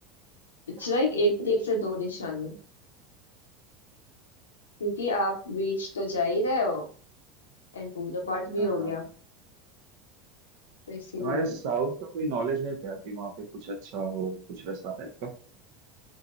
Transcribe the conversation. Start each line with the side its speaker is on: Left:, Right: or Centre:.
Left: इट्स
Right: ओके
Left: लाइक एक तीर से दो निशाने क्योंकि आप बीच तो जा ही रहे हो एंड पूजा पाठ भी
Right: हाँ
Left: हो
Right: हाँ
Left: गया तो इसीलिए
Right: तुम्हारे साउथ का कोई नॉलेज है क्या कि वहाँ पे कुछ अच्छा हो कुछ वैसा टाइप का